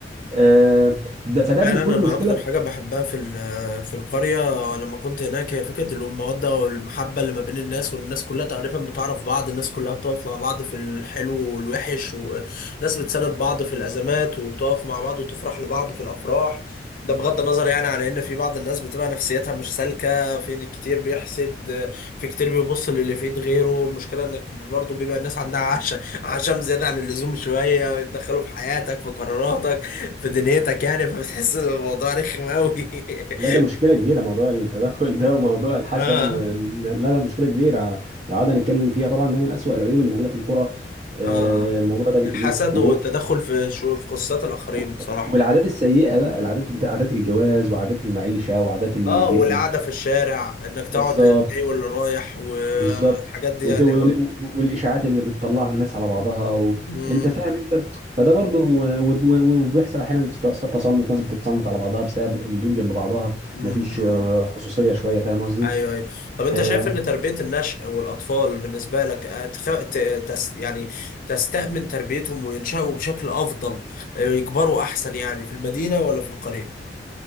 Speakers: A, on the right (about 35°); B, on the left (about 50°).
A: آه، ده فده
B: فعلا
A: بيكون
B: انا
A: مشكله
B: اكتر حاجه بحبها في ال- في القريه لما كنت هناك هي فكره الموده والمحبه اللي ما بين الناس والناس كلها تقريبا بتعرف بعض الناس كلها بتقف مع بعض في الحلو والوحش وناس بتساند بعض في الازمات وبتقف مع بعض وتفرح لبعض في الافراح ده بغض النظر يعني على ان في بعض الناس بتبقى نفسيتها مش سالكه في كتير بيحسد في كتير بيبص للي في ايد غيره المشكله انك برضه بيبقى الناس عندها عشم عشم زياده عن اللزوم شويه ويتدخلوا في حياتك في قراراتك في دنيتك يعني فبتحس ان الموضوع رخم قوي <laughs>
A: لا ده مشكلة كبيرة موضوع التدخل ده وموضوع الحسد
B: اه
A: و... لا لا مشكلة كبيرة لو قعدنا نتكلم فيها طبعا ده من أسوأ العيوب اللي موجودة في الكرة آه،
B: اه اه
A: الموضوع ده بكتير
B: الحسد
A: و...
B: والتدخل في شو في خصوصيات الاخرين
A: و...
B: بصراحه
A: والعادات السيئة بقى العادات بتاع عادات الجواز وعادات المعيشة وعادات الج...
B: اه والقعده
A: ال...
B: في الشارع انك تقعد
A: بالظبط
B: للي جاي واللي رايح والحاجات
A: بالظبط
B: دي
A: وت...
B: يعني
A: وال...
B: اه
A: والإشاعات اللي بتطلعها الناس على بعضها و...
B: مم.
A: أنت فاهم أنت فده برضو و... و... وبيحصل أحيانا في تص- تصنت ناس بتتصنت على بعضها بسبب إن البيوت جنب بعضها
B: مم.
A: مفيش
B: مم.
A: آه، خصوصية شوية فاهم قصدي؟
B: ايوه ايوه طب انت
A: آه،
B: شايف ان تربيه النشء والاطفال بالنسبه لك آه، تخ... ت... تس... يعني تستأمن تربيتهم وينشأوا بشكل افضل آه، يكبروا احسن يعني في المدينه ولا في القريه؟